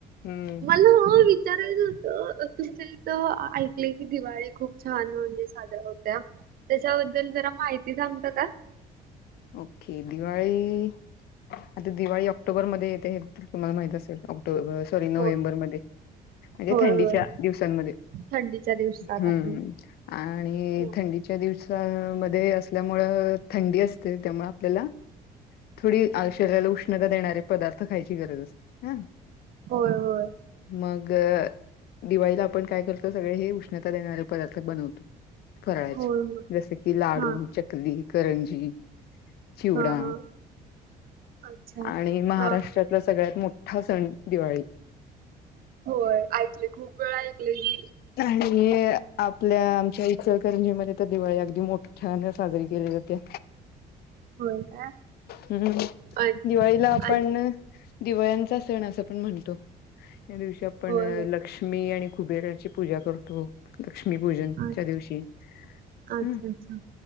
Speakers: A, on the left; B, on the right.
A: हम्म
B: म्हणून मी विचारायचं होतं, तुमच्या इथं ऐकलंय की दिवाळी खूप छान म्हणजे साजरा होत्या. त्याच्याबद्दल जरा माहिती सांगता का?
A: ओके दिवाळी, आता दिवाळी ऑक्टोबरमध्ये येते. तुम्हांला माहित असेल ऑक्टोबर सॉरी नोव्हेंबरमध्ये.
B: हो
A: म्हणजे
B: होय
A: थंडीच्या
B: होय
A: दिवसांमध्ये,
B: थंडीच्या दिवसात
A: हम्म.
B: आपलं
A: आणि
B: हो
A: थंडीच्या दिवसामध्ये असल्यामुळं थंडी असते त्यामुळे आपल्याला थोडी आ शरीराला उष्णता देणारे पदार्थ खायची गरज असते हा.
B: होय होय.
A: मग, दिवाळीत आपण काय करतो सगळे हे उष्णता देणारे पदार्थ बनवतो. करायचे,
B: होय होय
A: जसं की लाडू,
B: हा
A: चकली, करंजी. चिवडा
B: हा हा. अच्छा
A: आणि महाराष्ट्रातला
B: हा
A: सगळ्यात मोठा सण दिवाळी.
B: होय ऐकलेय खूप वेळ ऐकलेय मी ही.
A: आणि आप आपल्या आमच्या इचलकरंजीमध्ये तर दिवाळी अगदी मोठ्यानं साजरी केली जाते.
B: होय काय
A: हम्म,
B: आणि
A: दिवाळीला आपण
B: आणि-
A: दिवाळ्यांचा सण असं आपणं म्हणतो, या दिवशी आपणं
B: होय होय
A: लक्ष्मी आणि कुबेर पूजा करतो, लक्ष्मीपूजनच्या
B: आ-
A: दिवशी.
B: अच्छा
A: हम.
B: अच्छा